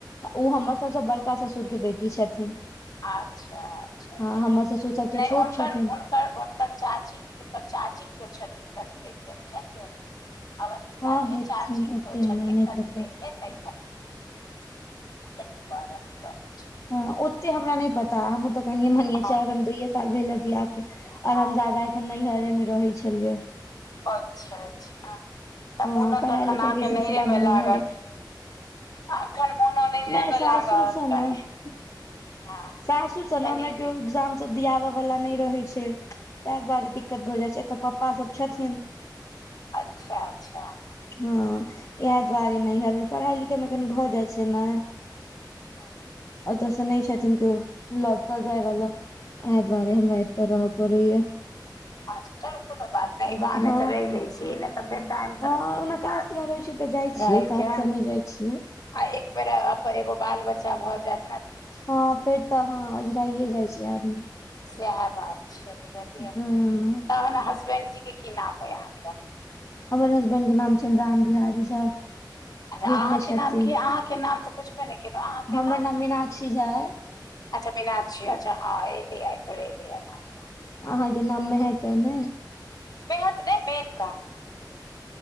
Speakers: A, on the left; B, on the left.
A: ओ हमर सबसँ बड़का ससुरके बेटी छथिन।
B: अच्छा अच्छा त
A: हँ हमर ससुर सबसँ
B: नहि
A: छोट
B: उनकर
A: छथिन
B: उन उनकर चाची हुनकर चाची केओ छथिन रनवे के बुझलियै अवन्तिका
A: हँ
B: के
A: हेथिन
B: चाची केओ
A: ओते हमरा
B: छथिन
A: नहि
B: रनवे
A: पता
B: के <unintelligible> तै दुआरें हम जनै
A: हं ओते हमरा नहि पता हमहूं त कनिये मनिये
B: हँ
A: छियै अखन दूइये साल भेले बियाह के। के आओर
B: हँ
A: हम जादा एखन नैहरे मे रहै छलियै।
B: अच्छा अच्छा तऽ
A: हँ
B: मोनो
A: पढ़ाई
B: त अखन
A: लिखाई
B: अहाँके
A: के सिलसिला
B: नहियरमे
A: मे नैहरे
B: लागत। अखन मोनो नहियरे
A: नहि
B: मे
A: सासुर
B: लागत
A: सँ
B: कनि
A: ने
B: हँ
A: सासुर स ने
B: कनि
A: हमरा
B: दिन
A: केओ एग्जाम सब दियाबय वाला नहि रहै छै तैं दुआरे दिक्कत भऽ जाइ छै एतऽ पप्पा सब छथिन
B: अच्छा अच्छा।
A: हँ इएह दुआरे नहियरमे पढ़ाइ लिखाइमे कनि भऽ जाइ छै ने।
B: ह
A: ओतऽ से नहि छथिन केओ लऽ तऽ जाय वला एह दुआरे हमरा एत्त रह पड़ैयै।
B: अचछा चलू कोनो बात नहि अही बहाने
A: हँ
B: तऽ रहि लै छी नहि तऽ फेर टाइम
A: हँ
B: तऽ नहिए
A: ओना
B: मिलत
A: काज तिहार होइ छै तऽ जाइ छियै
B: रहैके।
A: काज सबमे जाइ छियै।
B: आ एक बेर अब अब एगो बाल बच्चा भ जैत
A: हँ फेर तऽ हँ ओझराइए जाइ छै आदमी।
B: सएह बात छैय बुझलियै
A: हूँ
B: तहन हसबेंडजीके की नाम अइ अहाँके?
A: हमर हसबैंड के नाम छनि राम बिहारी झा।
B: अच्छा
A: ग्रुप
B: अहाँके
A: मे छथिन
B: नाम की अइ अहाँके नाम तऽ पुछबे नहि केलहुँ अहाँके
A: हमर
B: नाम?
A: मीनाक्षी झा अइ
B: अच्छ केना छियै अच्छा हँ एलियैै <unintelligible>
A: आहाँ के नाम मेंहक अइ ने।
B: मेहत नै मेनका।